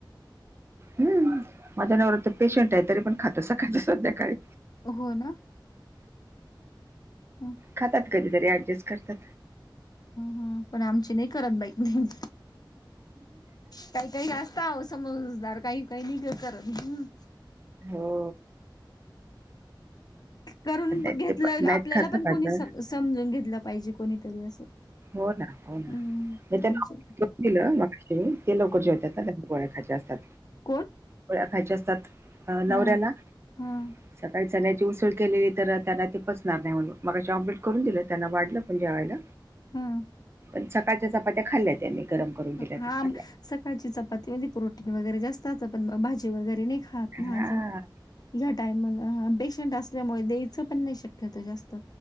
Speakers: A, on the right; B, on the left.
A: हम् माझ्या नववरात तर पेशंट आहे तरी पण खातो सकाायचं संध्याकाळी
B: हो ना हम्
A: खातात कधीतरी ऍडजस्ट करतात
B: ह पण आमची नाही करत बाई नाही काही काही अस का समजदार काही काही नि का करत हम्
A: हो
B: करून
A: नाही ते
B: घेतलं
A: पण नाहीत
B: आपल्याला
A: खात
B: पण कोणी
A: आता
B: समजून घेतलं पाहिजे कोणीतरी असं
A: हो ना हो ना
B: हम्म
A: त्या
B: आमचे
A: दिलं ते लवकर जे होतात ना गोळ्याखायचे असतात
B: कोण
A: गोळ्या खायच्या असतात अ नवऱ्याला
B: हा हा
A: सकाळी चनची उसळ केलेली तर त्यांना ते पचणार नाही म्हणून मगाशी आम्प्लेट करून दिलं त्यांना वाढलं पण जेवाला
B: हम्
A: पण सकाळच्या चपात्या खाल्ल्या त्यांनी गरम करून दिल्या
B: हा
A: तर खाल्ल्या
B: सकाळची चपातीमध्येे प्रोटीन वगैरे जास्तात पण भाजी वगैरे नाही हा ना
A: हां
B: सर ह्या टाइमला पेशंट असल्यामुळे द्यायचं पण नाही शकत ्या जास्त